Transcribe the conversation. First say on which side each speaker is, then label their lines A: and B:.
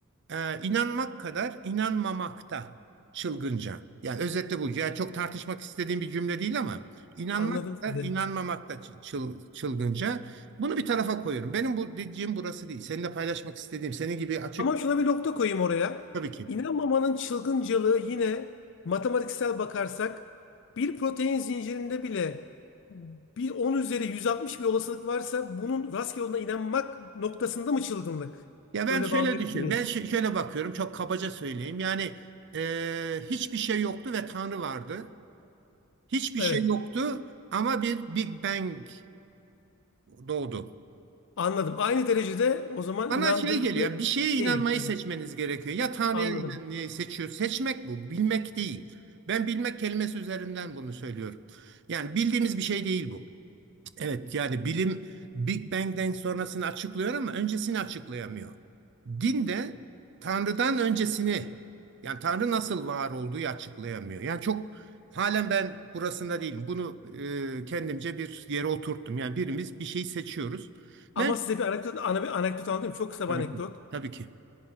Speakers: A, on the right; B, on the left.
A: Ee, inanmak kadar inanmamakta. Çılgınca. Yani özetle bu. Yani çok tartışmak istediğim bir cümle değil ama inanmak
B: Anladım sizi.
A: da inanmamak da çı- çıl- çılgınca. Bunu bir tarafa koyuyorum. Benim bu dediğim burası değil. Seninle paylaşmak istediğim senin gibi açık
B: Ama şuna bir nokta koyayım oraya.
A: tabii ki.
B: İnanmamanın çılgıncalığı yine matematiksel bakarsak bir protein zincirinde bile bir 10 üzeri 160 bir olasılık varsa bunun rastgele olduğuna inanmak noktasında mı çılgınlık?
A: Ya ben
B: Böyle
A: şöyle
B: bağlayabilir
A: düşün.
B: miyiz?
A: Ben şö- şöyle bakıyorum. Çok kabaca söyleyeyim. Yani e, hiçbir şey yoktu ve Tanrı vardı. Hiçbir
B: Evet,
A: şey yoktu ama bir Big Bang doğdu.
B: anladım. Aynı derecede o zaman
A: Bana
B: inandırıcı
A: şey geliyor, bir şeye inanmayı
B: değil. Evet,
A: seçmeniz gerekiyor. Ya Tanrı'ya
B: anladım.
A: inanmayı seçiyor. Seçmek bu, bilmek değil. Ben bilmek kelimesi üzerinden bunu söylüyorum. Yani bildiğimiz bir şey değil bu. Evet, yani bilim Big Bang'den sonrasını açıklıyor ama öncesini açıklayamıyor. Din de Tanrı'dan öncesini, yani Tanrı nasıl var olduğu açıklayamıyor. Yani çok halen ben burasında değilim. Bunu e, kendimce bir yere oturttum. Yani birimiz bir şeyi seçiyoruz.
B: Ama
A: Ben
B: size bir anekdot, ana bir anekdot anlatayım. Çok kısa
A: tabii
B: bir anekdot.
A: ki, tabii ki.